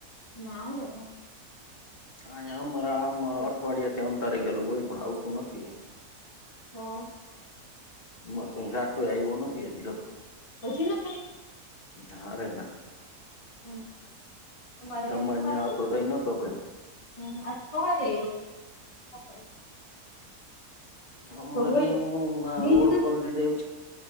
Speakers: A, on the left (about 25°); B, on the left (about 40°).
A: ના ર
B: હા અમારા આમ અઠવાડિયાથી
A: છે.
B: અન તારી ગેલું હોય પણ આવતું નથી.
A: હા.
B: મારે શાક તો આવ્યો નથી આજરતો.
A: પછી ના થાય.
B: ના ર ના.
A: હમ મારે
B: તમારે
A: તંક પા
B: ત્યાં હતો તઈ નતો કઈ
A: હમ ખવા રે એ.
B: અમારે
A: હોય
B: એવું
A: જ
B: આ
A: બીજ
B: રોડ પલ રધવું